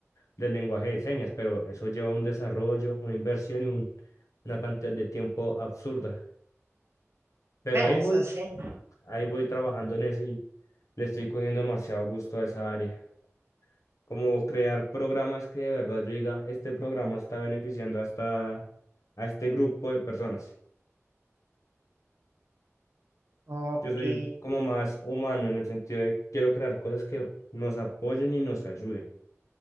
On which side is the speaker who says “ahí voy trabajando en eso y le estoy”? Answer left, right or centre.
Left